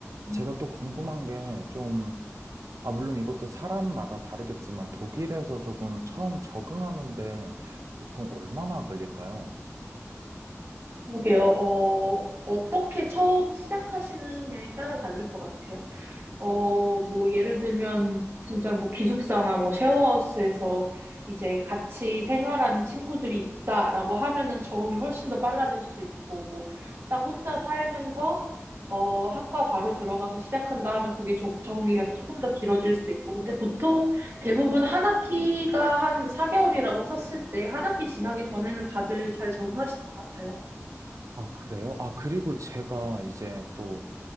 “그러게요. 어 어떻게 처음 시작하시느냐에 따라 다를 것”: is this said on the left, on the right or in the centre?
Right